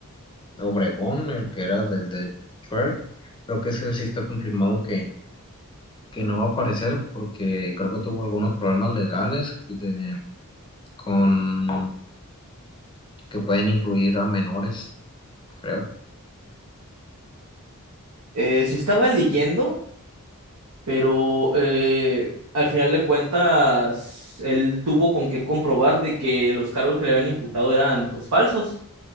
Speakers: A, on the left (about 20°); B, on the right (about 80°).
A: Obregón, el que era del de Shrek, creo que ese sí está confirmado que que no va a aparecer porque creo que tuvo algunos problemas legales de- con que pueden incluir a menores, creo.
B: Eh, si estaba leyendo... pero eh, al final de cuentas, él tuvo con qué comprobar de que los cargos que le habían imputado eran pues falsos